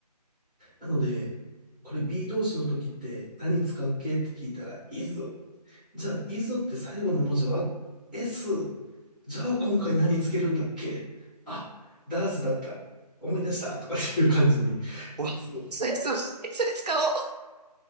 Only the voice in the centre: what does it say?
なので、これ B 動詞の時って何使う系って聞いたら、is。じゃあ、is って最後の文字は s。じゃあ、今回何つけるんだっけあ、does だった。思い出したとかっていう感じに。
そ